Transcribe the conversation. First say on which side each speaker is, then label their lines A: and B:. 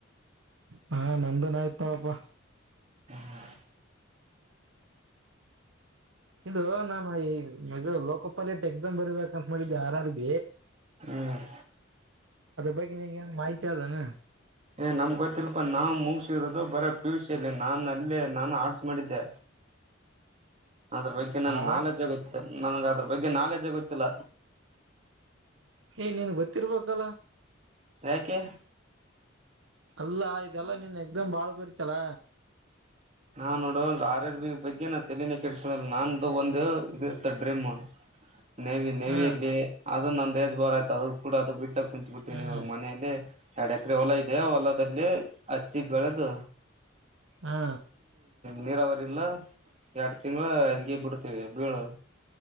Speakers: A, on the right; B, on the right.
A: ಹಾ ನಮಂದನ್ ಆಯ್ತ ನಾವಪ್ಪ
B: ಹ್ಮ ಹ್ಮ
A: ಇದು ನಾನು ಈಗ ಲೋಕಪಾಲೆಟ್ ಎಕ್ಸಾಮ್ ಬರಬೇಕಂತ ಮಾಡಿದ್ದೆ ಯಾರಾರ್ದ
B: ಹ್ಮ್
A: ಬಗ್ಗೆ ಮಾಹಿತಿ ಅದಾನನೆ
B: ಏ ನಮ್ಗ್ ಗೊತ್ತಿಲ್ಪಾ ನಾ್ ಮುಗಸಿರೋದು ಬರ ಪಿುಷಲ್ಲಿ ನಾನ್ ಅಲ್ಲಿ ನಾನು ಆರ್ಟ್ಸ್ ಮಾಡಿದ್ದೆ ಅದ್ರ ಬಗ್ಗೆ ನನ್
A: ಆ
B: ನಾಲೆಜ್ ಆಗುತ್ತೆ ನನಗ ಅದ್ರ ಬಗ್ಗೆ ನಾಲೆಜ ಗೊತ್ತಿಲ್ಲ
A: ಏ್ ನೀನ್ ಗೊತ್ತಿರ್ಬಲ್ಲ
B: ಹಕ್ಕೆ
A: ಅಲ್ಲ ಇದೆಲ್ಲಾ ನಿನ್ ಎಕ್ಸಾಮ್ ಬಾಳ್ ಬರ್ತಲ್ಲ
B: ನಾ ನೋಡ ಆರ್ ಆರ್ ಬಿ ಬಗ್ಗೆ ನಾ ತಲನ ಕೆಿಸಿಲ್ಲ ನಾ್ದು ಒಂದು ಇದ ಇರ್ತ್ತ ಡ್ರೀಮ್ ನೇವಿ ನೇವಿಯಲ್ಲಿ
A: ಹ್ಮ್
B: ಅದು ನನ್ ದೇಸ್ ಬರ್ ಆಯತು ಅದ ಕೂಡ ಅದು ಬಿಟ್ಟ ಕುಂತ್ ಬಿಟ್ಟೀ
A: ಹ್ಮ್
B: ನೀವಾಗ ಮನೆಯಲ್ಲಿ ಎಡ ಎಕ್ರ ಹೊಲ ಇಯ ಹೊಲದಲ್ಲಿ ಹತ್ತಿಗ್ ಬೆಳೆದು
A: ಹಾ
B: ನೀರಾವರಿಲ್ಲ ಎರಡ್ ತಿಂಗಳ ಹಂಗಗೆ ಬಿಡ್ತೀವಿ ಬೀಳು